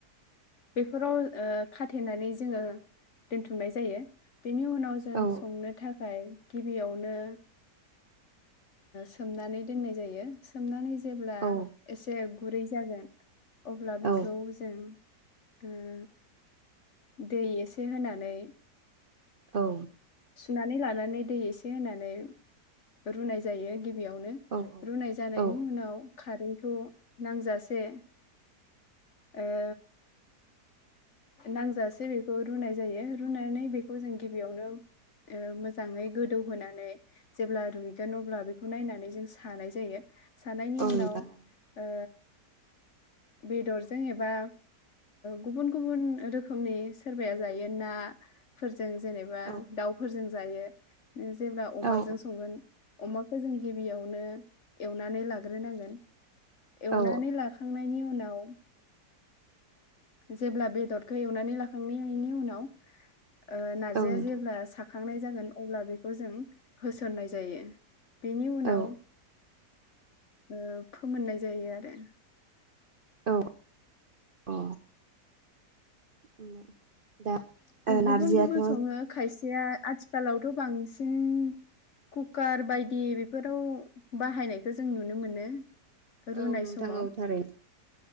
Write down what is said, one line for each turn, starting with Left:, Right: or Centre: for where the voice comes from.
Left: बेफोराव ओ खाथेनानै जोङो दोनथुमनाय जायो बेनि उनाव जों
Right: औ
Left: संनो थाखाय गिबियावनो सोमनानै ओ दोननाय जायो। सोमनानै जेब्ला
Right: औ
Left: एसे गुरै जागोन अब्ला
Right: औ
Left: बेखौ जों ओं दै एसे होनानै
Right: औ
Left: सुनानै लानानै दै एसे होनानै रुनाय जायो गिबियावनो
Right: औ
Left: रुनाय जानायनि
Right: औ
Left: उनाव कारेन्टखौ नांजासे ओ नांजासे बेखौ रुनाय जायो रुनानै बेखौ जों गिबियावनो ओ मोजाङै गोदौहोनानै जेब्ला रुइगोन अब्ला बेखौ नायनानै जों सानाय जायो सानायनि
Right: औ
Left: उनाव
Right: नोंथां औ
Left: ओ बेदरजों एबा गुबुन गुबुन रोखोमनि सोरबाया जायो नाफोरजों जेनेबा
Right: औ
Left: दाउ फोरजों जायो जेब्ला अमाजों
Right: औ
Left: संगोन अमाखौ जों गिबियावनो एवनानै लाग्रोनांगोन एवनानै
Right: औ
Left: ला खांनायनि उनाव जेब्ला बेदरखौ एवनानै लाखांनायनि उनाव ओ नार्जिया
Right: औ नोंथां
Left: जेब्ला सा खांनाय जागोन अब्ला बेखौ जों होसननाय जायो बेनि उनाव
Right: औ
Left: ओ फोमोननाय जायो आरो
Right: औ औ उम दा
Left: गुबुन
Right: नारजियाथ'
Left: गुबुन सङो खायसेया आथिखालावथ' बांसिन कुकार बायदि बेफोराव बाहायनायखौ जों नुनो मोनो। रुनाय
Right: औ नोंथां
Left: समाव।
Right: औ थारैनो